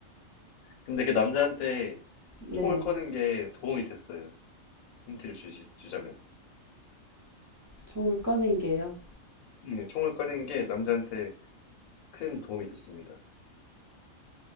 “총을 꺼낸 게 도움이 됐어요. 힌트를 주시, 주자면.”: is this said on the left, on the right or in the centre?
Left